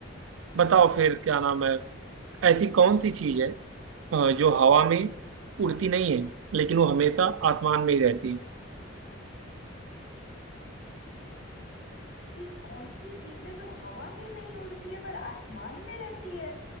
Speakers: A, on the right; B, on the left.
A: बताओ फिर क्या नाम है ऐसी कौन सी चीज है अ, जो हवा में
B: हम्म।
A: उड़ती नहीं है लेकिन वो हमेशा आसमान में ही रहती है
B: ऐसी कौन सी चीज है जो हवा में नहीं उड़ती है पर आसमान में रहती है